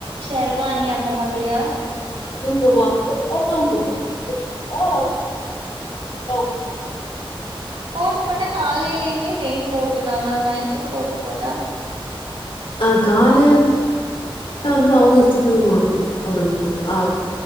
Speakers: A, on the right; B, on the left.
A: ஷெர்வானி அந்த மாதிரியா
B: இதுவு போடுவாங்க கோட்டும் போடுவாங்க அ அ
A: கோட் போட்டா காலைலயுமே சேம் கோட்டுதா நைட்டு கோட்டு போட்டா
B: ஆ காலே ல வந்து அவுங்க இஷ்டத்துக்கு போடு அவருக்கு கோட் ஆ